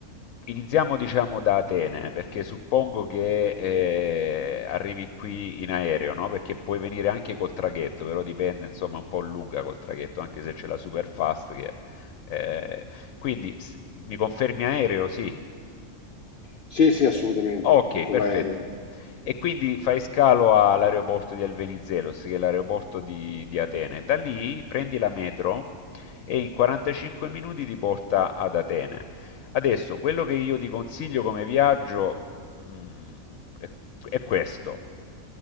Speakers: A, on the left; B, on the left.
A: iniziamo diciamo da Atene, perché suppongo che eh, arrivi qui in aereo, no? Perché puoi venire anche col traghetto, però dipende, insomma, un po' lunga col traghetto, anche se c'è la super fast che... eh, Quindi s- mi confermi aereo? Sì.
B: Sì, sì, assolutamente,
A: Okay,
B: con
A: perfetto.
B: l'aereo.
A: E quindi fai scalo all'aeroporto di Elvenizelos, che è l'aeroporto di di Atene. Da lì prendi la metro e in 45 minuti ti porta ad Atene. Adesso, quello che io ti consiglio come viaggio, mhmm, è è questo.